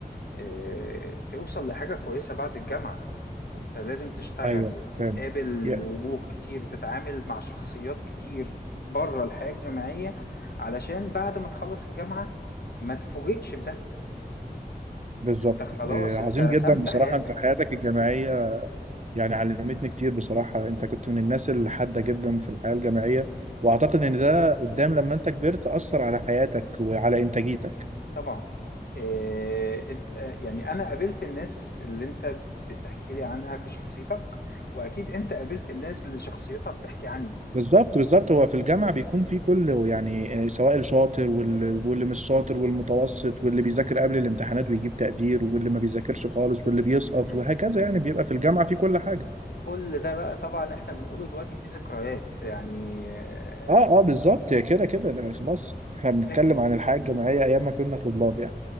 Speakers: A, on the left; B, on the right.
A: آه، توصل لحاجة كويسة بعد الجامعة انت لازم تشتغل
B: ايوه
A: وتقابل
B: فاهم يا-
A: وجوه كتير وتتعامل مع شخصيات كتير بره الحياة الجامعية علشان بعد ما تخلص الجامعة ما تفوجئش بده
B: بالظبط
A: انت خلاص
B: آه، عظيم
A: انت رسمت
B: جدا بصراحه
A: حياتك
B: انت حياتك الجامعيه يعني علمتني كتير بصراحه انت كنت من الناس الحاده جدا في الحياه الجامعيه واعتقد ان ده قدام لما انت كبرت اثر على حياتك وعلى انتاجيتك
A: طبعا آه، انت آه، يعني انا قابلت الناس اللي انت بتحكي لي عنها كشخصيتك واكيد انت قابلت الناس اللي شخصيتها بتحكي عني
B: بالظبط بالظبط هو في الجامعة بيكون في كل يعني آه، سواء الشاطر واللي, واللي مش شاطر والمتوسط واللي بيذاكر قبل الامتحانات ويجيب تقدير واللي ما بيذاكرش خالص واللي بيسقط
A: م.
B: وهكذا يعني بيبقى في الجامعة في كل حاجة
A: كل ده بقى طبعا احنا بنقوله دلوقتي دي ذكريات يعني آه،
B: اه اه بالظبط كده كده ده خلاص احنا بنتكلم
A: فاكر
B: عن الحياة الجامعية ايام ما كنا طلاب يعني